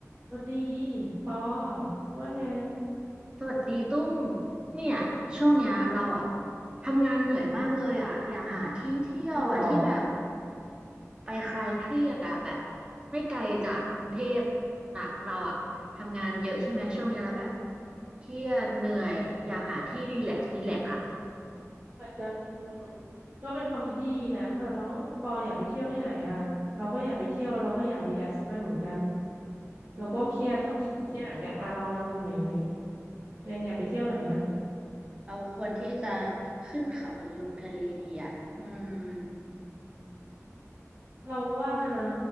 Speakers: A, on the right; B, on the right.
A: สวัสดีปอว่าไง
B: สวัสดีตุ้มเนี่ยช่วงเนี้ยเราอะทำงานเหนื่อยมากเลยอะอยากหาที่เที่ยวอะที่แบบ
A: เอาเหรอ
B: ไปคลายเครียดอะแบบไม่ไกลจากกรุงเทพนะเราอะทำงานเยอะใช่ไหมช่วงเนี้ยแล้วแบบเครียดเหนื่อยอยากหาที่รีแลกซ์รีแลกซ์อะ
A: เหมือนกันอืมก็เป็นความผิดที่ดีนะอ่ะแล้วปออยากไปเที่ยวที่ไหนอ่ะเราก็อยากไปเที่ยวเราก็อยากรีแลกซ์บ้างเหมือนกันอ่ะเราก็เครียด
B: อืม
A: <laughs> ทำเครียดเหมือนกันอ่ะเรานั่งไหนไหนตัวเองอยากไปเที่ยวไหนอ่ะ
B: เราควรที่จะขึ้นเขาหรือลงทะเลดีอะอืม
A: เราว่านะ